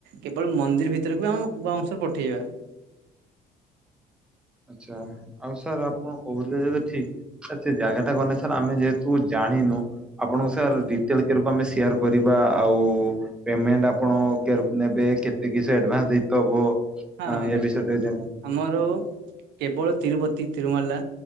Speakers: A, on the right (about 80°); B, in the centre.
A: କେବଳ ମନ୍ଦିର ଭିତରକୁ ଆମକୁ ବାଉଶରେ ପଠେଇିବା।
B: ଆଛା ଆଉ ସାର୍ ଆପଣ କହୁଥିଲେ ଯେତ ଠିକ। ସେ ଜାଗା ଟା ଗନେ ସାର୍ ଆମେ ଯେହେତୁ ଜାଣିନୁ ଆପଣଙ୍କୁ ସାର୍ ଡିଟେଲ କେରେ କୁ ଆମେ ସେୟାର କରିବା ଆଉ ପେମେଣ୍ଟ ଆପଣ କେରୁ ନେବେ କେତେ କିସ ଆଡଭାନ୍ସ ଦେଇତେ ହବ?
A: ହଁ ହଁ
B: ଏ
A: ଦେଖନ୍ତ
B: ବିଷୟରେ ଜାଣିବା
A: ଆମର କେବଳ ତିରୁପତି ତିରୁମାଲା